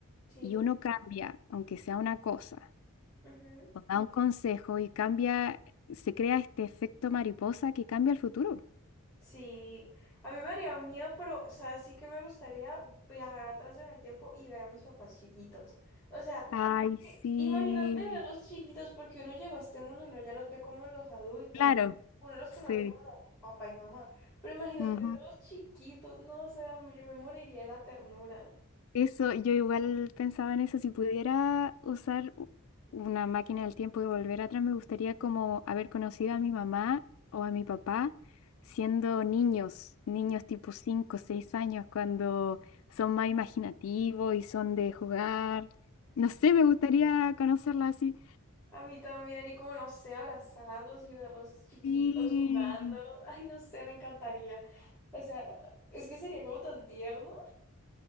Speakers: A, in the centre; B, on the left.
A: Sí.
B: y uno cambia, aunque sea una cosa,
A: ujú.
B: o da un consejo y cambia, se crea este efecto mariposa que cambia el futuro.
A: Sí, a mí me haría miedo, pero, o sea, sí que me gustaría viajar atrás en el tiempo y ver a mis papás chiquitos. O sea,
B: Ay,
A: que
B: sí,
A: imagínate verlos chiquitos, porque uno llegó a este mundo y uno ya los ve como los adultos,
B: claro,
A: ¿no? Uno los conoce
B: sí.
A: como papá y mamá, pero imagínate
B: Ujú.
A: verlos chiquitos, ¿no? O sea, yo me moriría de la ternura.
B: Eso, yo igual pensaba en eso, si pudiera usar u- una máquina del tiempo y volver atrás, me gustaría como haber conocido a mi mamá o a mi papá siendo niños, niños tipo 5, 6 años, cuando son más imaginativos y son de jugar. No sé, me gustaría conocerla así.
A: A mí también, y como no sé, abrazarlos y verlos chiquitos
B: Sí,
A: jugando. <laughs> Ay, no sé, me encantaría. O sea, es que sería como tan tierno,